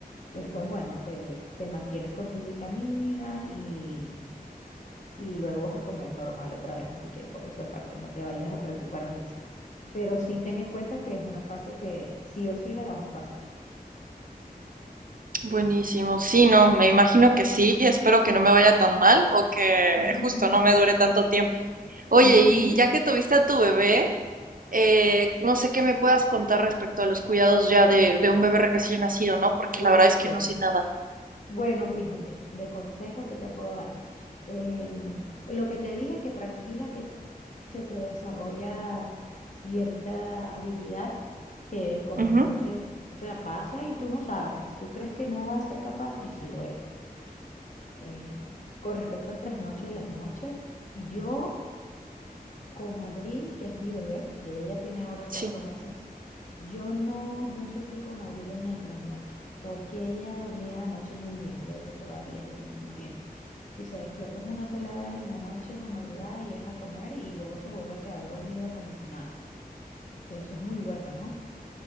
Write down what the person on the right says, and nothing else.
Buenísimo. Sí, no, me imagino que sí. Espero que no me vaya tan mal o que
justo no me dure tanto tiempo. Oye,
y ya que tuviste a tu bebé, eh, no sé qué me puedas contar respecto a los cuidados ya de, de un bebé recién nacido, ¿no? Porque
la verdad es que no sé nada.
Ujú,
Sí,